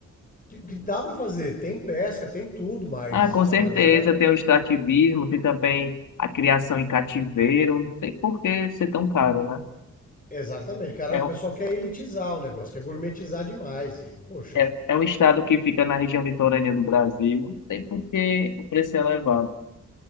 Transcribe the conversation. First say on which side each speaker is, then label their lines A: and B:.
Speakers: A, on the left; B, on the left.
A: que. que dá pra fazer. Tem pesca, tem tudo, mas
B: Ah, com certeza,
A: a galera.
B: tem o extrativismo, tem também a criação em cativeiro, não tem por que ser tão caro, né?
A: Exatamente, cara.
B: É
A: O
B: um,
A: pessoal quer elitizar o negócio, quer gourmetizar demais. E, poxa,
B: é, é um estado que fica na região litorânea do Brasil, não tem por que o preço é elevado.